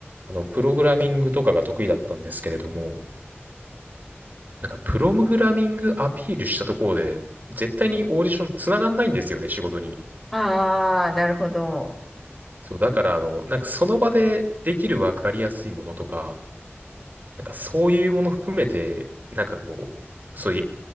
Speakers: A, on the right; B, in the centre.
A: あの、プログラミングとかが得意だったんですけれども、なんか、プログラミングアピールしたところで、絶対にオーディション繋がんないんですよね、仕事に。
B: ああーなるほどあ
A: そう、だからあの、なんかその場でできるわかりやすいものとか、なんかそういうもの含めて、なんかこう、そういう、